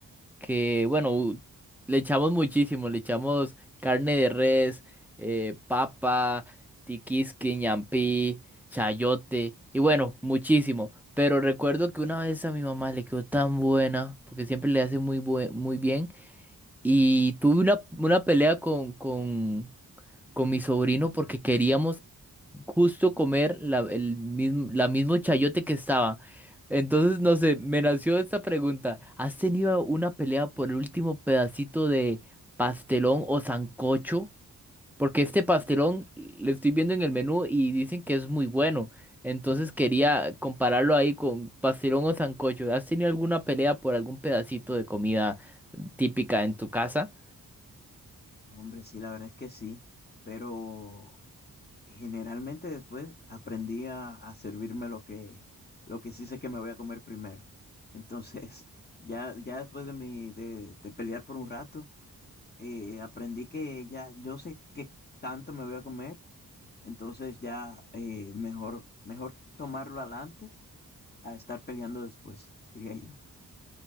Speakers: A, in the centre; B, on the left.
A: que bueno, u- le echamos muchísimo, le echamos carne de res, eh, papa, tiquisque, ñampí, chayote, y bueno, muchísimo. Pero recuerdo que una vez a mi mamá le quedó tan buena, porque siempre le hace muy, bue- muy bien, y tuve una, una pelea con, con, con mi sobrino porque queríamos justo comer la, el mismo, la mismo chayote que estaba. Entonces, no sé, me nació esta pregunta. ¿Has tenido una pelea por el último pedacito de pastelón o sancocho? Porque este pastelón le estoy viendo en el menú y dicen que es muy bueno. Entonces quería compararlo ahí con pastelón o sancocho. ¿Has tenido alguna pelea por algún pedacito de comida típica en tu casa?
B: No, hombre, sí, la verdad es que sí, pero Generalmente después aprendí a, a servirme lo que, lo que sí sé que me voy a comer primero. Entonces, <laughs> ya, ya después de mi, de, de pelear por un rato, eh, aprendí que ya yo sé qué tanto me voy a comer. Entonces ya eh, mejor, mejor tomarlo adelante a estar peleando después, diría yo.